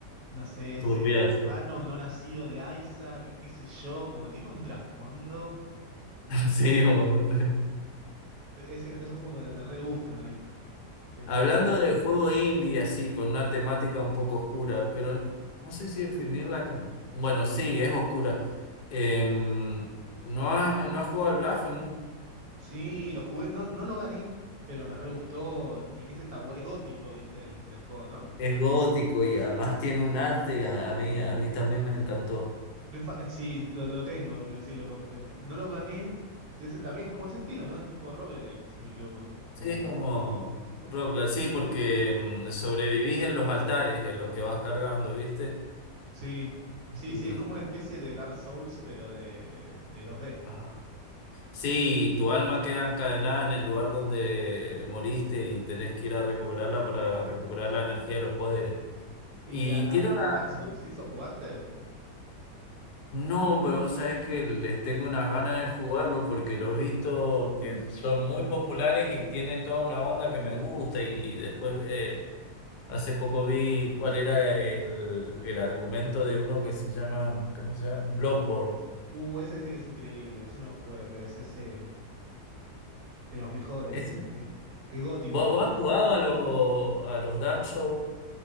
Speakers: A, on the right; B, on the left.
A: no sé, es
B: Turbiazo.
A: el hermano que no nacido de Isaac, que qué sé yo, como tiene un trasfondo.
B: <laughs> Sí, boludo.
A: E- Ese, esos juegos me, me re gustan a mí, que
B: Hablando
A: son medio...
B: de juego indie, así, con una temática un poco oscura, pero no sé si definirla como... Bueno, sí, es oscura. Em, ¿no has, no has jugado al Blasphemous?
A: Sí, lo jugué, no, no lo gané, pero me re gustó. y Ese está, bu- es gótico, ¿viste? El, el juego, ¿no?
B: Es gótico y además tiene un arte que a a mí, a mí también me encantó.
A: Es fa- Sí, lo, lo tengo, lo- sí, lo comp- eh, me- no lo gané. Sí, ese también es como ese estilo, ¿no? Es tipo roguelite, si no me equivoco. Como.
B: Sí, es como roguelike, sí, porque em, sobrevivís en los altares en los que vas cargando, ¿viste?
A: Sí, sí,
B: Y...
A: sí, es como una especie de Dark Souls, pero de, de 2D.
B: Ajá. Sí, tu alma queda encadenada en el lugar donde moriste y tenés que ir a recuperarla para recuperar la energía de los poderes. Y
A: ¿Y a- al
B: tiene una...
A: al Dark Souls, si eso jugaste?
B: No, pero vos sabés que les tengo unas ganas de jugarlo porque lo he visto que son muy populares y tiene toda una onda que me gusta y, y después eh, hace poco vi cuál era el, el argumento de uno que se llama, ¿cómo se llama? Bloodborne.
A: Uh, ese dice que es increíble, yo no lo jugué, pero es ese de los mejores,
B: Ese-
A: dicen, que, que es gótico
B: ¿Vos,
A: también.
B: vos has jugado a, los a los Dark Souls?